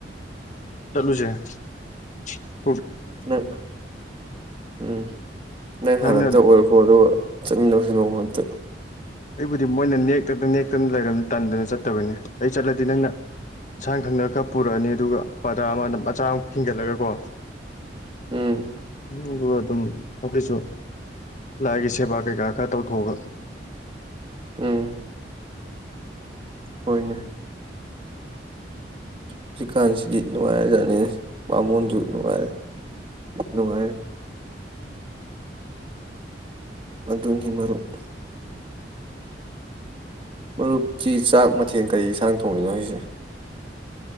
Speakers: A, on the left (about 45°); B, on the right (about 30°).
A: ꯁꯦ
B: ꯅꯪ ꯎꯝ ꯅꯪ
A: ꯅꯪꯅ
B: ꯍꯅꯟꯇ ꯑꯣꯏꯔꯈꯣꯗ ꯃꯣꯍꯃꯗ
A: ꯑꯩꯕꯨꯗꯤ ꯃꯣꯏꯅ ꯅꯦꯛꯇꯅ ꯅꯦꯛꯇꯅ ꯂꯩꯔꯝ ꯇꯟꯗꯅ ꯆꯠꯇꯕꯅꯤ ꯑꯩ ꯆꯠꯂꯗꯤ ꯅꯪꯅ ꯏꯟꯁꯥꯡ ꯈꯪꯗ ꯈꯔ ꯄꯨꯔꯛꯑꯅꯤ ꯑꯗꯨꯒ ꯄꯗꯥ ꯑꯃꯅ ꯃꯆꯥ ꯑꯃꯨꯛ ꯤꯡꯒꯠꯂꯒꯀꯣ
B: ꯎꯝ
A: ꯎꯝ ꯑꯗꯨꯝ ꯑꯩꯈꯣꯏꯁꯨ ꯂꯥꯏꯒꯤ ꯁꯦꯕꯥ ꯀꯩꯀꯥ ꯈꯔ ꯇꯧꯊꯣꯛꯑꯒ
B: ꯎꯝ ꯍꯣꯏꯅ ꯍꯧꯖꯤꯛꯀꯥꯟꯁꯤꯗꯤ ꯅꯨꯡꯉꯥꯏꯔꯖꯥꯠꯅꯤ ꯃꯃꯣꯟꯁꯨ ꯅꯨꯡꯉꯥꯏꯔ ꯅꯨꯡꯉꯥꯏꯔꯦ ꯃꯗꯨꯅꯤ ꯃꯔꯨꯞ ꯃꯔꯨꯞꯇꯤ ꯆꯥꯛ ꯃꯊꯦꯜ ꯀꯩ ꯌꯦꯟꯁꯥꯡ ꯊꯣꯡꯉꯤꯅꯣ ꯍꯥꯏꯁꯦ